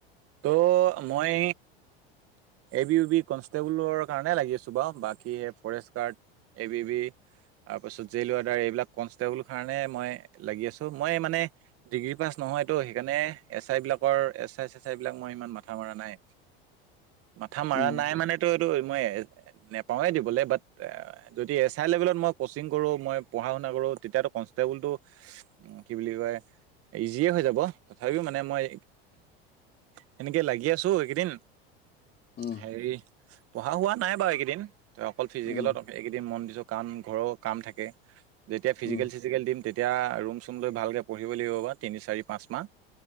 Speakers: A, on the right; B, on the left.
A: ত' মই এ বি ইউ বি কনষ্টেবলৰ কাৰনে লাগি আছো ব বাকী forest guard, A B B, তাৰ পিছত জল ৱৰ্ডাৰ এইবিলাক কনষ্টেবল কাৰণে মই লাগি আছো মই মানে ডিগ্ৰী পাছ নহয়তো সেইকাৰণে এছ আই বিলাকৰ এ আ বিলাক মই ইমান মাথা মৰা নাই মাথা মাৰ
B: উম
A: নাই মানেটো এইটো ময় নেপাও য়ে দিবলে বাত জদি এছ আই লেবেলত ময় কোচিং কৰো ময় পৰহা মোনা কৰো তেতিয়া টো কনিষ্টবল টো কি বোলি কয় ইজিয়ে হয় জাব। টঠাপিও মানে মই সেনেকে লাগি আছো এইকেইদিন।
B: উম
A: হেৰি পঢ়া হোৱা নাই বাৰু এইকেইদিন ত অকল ফিজিকেলত
B: উম
A: এইকেইদিন মন দিছো কাৰণ ঘৰৰ কাম থাকে। যেতিয়া ফিজিকেল
B: উম
A: চিজিকেল দিম তেতিয়া ৰুম চুম লৈ ভালকৈ পঢ়িব লাগিব বাৰু তিনি চাৰি পাঁচ মাহ